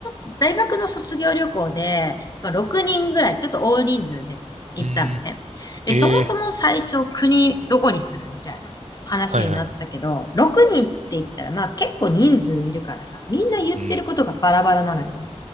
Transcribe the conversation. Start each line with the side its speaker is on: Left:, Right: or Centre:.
Left: 旅、大学の卒業旅行で、まあ、6人ぐらい、ちょっと大人数で行ったのね。
Right: うーん
Left: で、
Right: ええ
Left: そもそも最初国どこにするみたいな話になったけど、
Right: はいはいはい。
Left: 6人って言ったら、まあ結構人数いるからさ、みんな言ってることがバラバラなのよ。
Right: うん。